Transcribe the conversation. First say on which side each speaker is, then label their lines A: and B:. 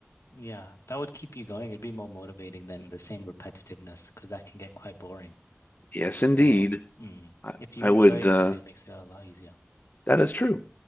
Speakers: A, on the left; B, on the left.
A: yeah, that would keep you going. It'd be more motivating than the same repetitiveness because that can get quite boring.
B: yes,
A: So,
B: indeed,
A: mm,
B: I,
A: if you
B: I
A: enjoy
B: would, uh,
A: it, then it makes it a lot easier.
B: that is true.